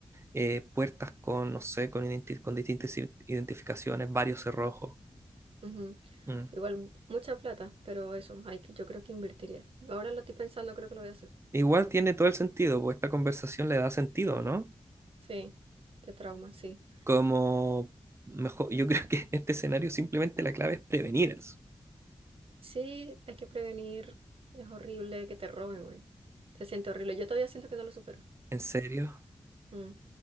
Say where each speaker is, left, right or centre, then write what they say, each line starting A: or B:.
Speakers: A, on the right; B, on the right.
A: eh, puertas con, no sé, con, identi- con distintas i- identificaciones, varios cerrojos.
B: ujú,
A: Mm.
B: igual, mucha plata, pero eso, hay que, yo creo que invertiría. Ahora lo estoy pensando, creo que lo voy a hacer.
A: Igual tiene todo el sentido, pues esta conversación le da sentido, ¿no?
B: Sí, qué trauma, sí.
A: Como mejor, yo <laughs> creo que en este escenario simplemente la clave es prevenir eso.
B: Sí, hay que prevenir. Es horrible que te roben, güey. Se siente horrible. Yo todavía siento que no lo supero.
A: ¿En serio?
B: Mm.